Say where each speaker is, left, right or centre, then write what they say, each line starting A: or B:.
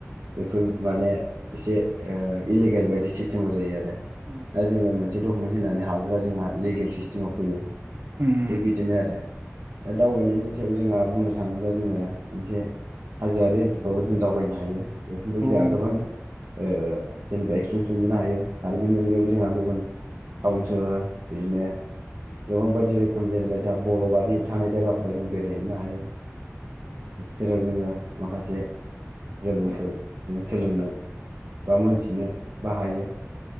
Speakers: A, on the right; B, on the right.
A: बेफोर माने एसे ओ इलिगेल बायदि सिस्टेमाव जायो आरो
B: औ
A: दा जोङो मोनसे दं दुकुमेन्ट होननानै हाबोब्ला जोंहा लिगेल सिस्टेमाव फैयो
B: उम
A: थिग बिदिनो आरो बे दावबायनायनि सायाव जोंहा बुंनो थाङोब्ला जोङो मोनसे हाजोआरारि ओनसोलफ्रावबो जों दावबायनो हायो बेफोरनिफाय
B: हागोन
A: जोंहा गोबां ओ जेनेबा एक्सपिरियेन्स मोनबोनो हायो आरो बेनि अनगायैबो जोंहा गुबुन टाउन सोहोर बिदिनो गोबां बायदि रोखोम रोखोम जेनबा जाहा बर' बादि थानाय जायगाफोराव जों बेरायहैनो हायो जेरै जोङो माखासे रोङैखौ जोङो सोलोंनो बा मोनथिनो बाहायो